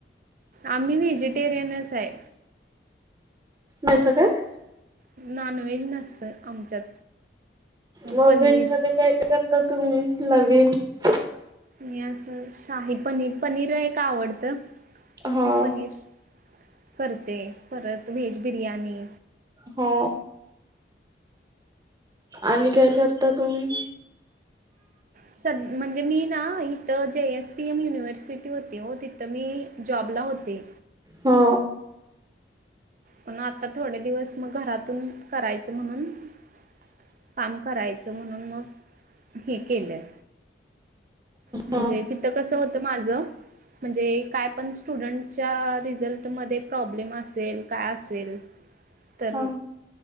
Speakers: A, on the right; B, on the right.
A: आम्ही व्हेजिटेरियनच आहे
B: नाहीस का <unintelligible>
A: नॉन व्हेज नसत आमच्यात.
B: मोबाईल
A: पनीर
B: मध्ये काय काय करता तुम्ही नवीन -
A: आणि अस शाही पनीर पनीर नाही का आवडतं
B: हा
A: पनीर - करते परत व्हेज बिर्याणी.....
B: हो आणि काय करता तुम्ही?
A: साध्या म्हणजे मी ना इथं जे एस पी एम युनिव्हर्सिटी - होते हो तिथं मी जॉबला होते.
B: हो
A: पण आता थोडे दिवस मग घरातून करायचं म्हणून - काम करायचं म्हणून मग हे केलंय. म्हणजे
B: हा
A: तिथं कसं होतं माझं म्हणजे - काय पण स्टुडंट च्या रिझल्टमध्ये प्रॉब्लेम असेल काय असेल -
B: हा
A: तर